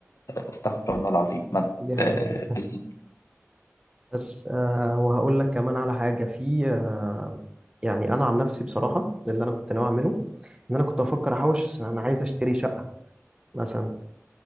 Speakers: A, on the left; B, on the right.
A: استغفر الله العظيم ما
B: دي حقيقة
A: ت- بالظبط
B: بس آه وهقول لك كمان على حاجة في آه يعني انا عن نفسي بصراحة اللي انا كنت ناوي اعمله ان انا كنت افكر احوش أصل انا عايز اشتري شقة مثلا